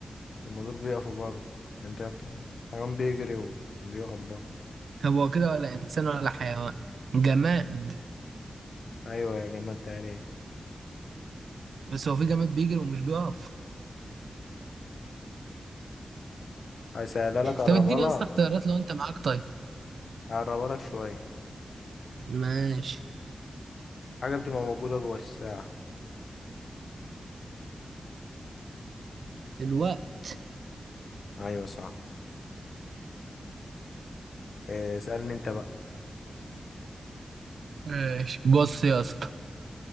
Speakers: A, on the left (about 65°); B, on the right (about 85°).
A: المدور بيقف برضه أنت حيوان بيجري وبيقف برضه
B: طب هو كده ولا انسان ولا حيوان جماد
A: ايوه يا جماعة التقريب
B: بس هو في جماد بيجري ومش بيقف
A: هسألها لك قربها
B: طب اديني
A: لك
B: يا اسطى اختيارات لو انت معاك طيب
A: قربها لك شوية
B: ماشي
A: حاجة بتبقى موجودة جوه الساعة
B: الوقت
A: ايوه صح آه، اسألني انت بقى
B: ماشي بص يا اسطى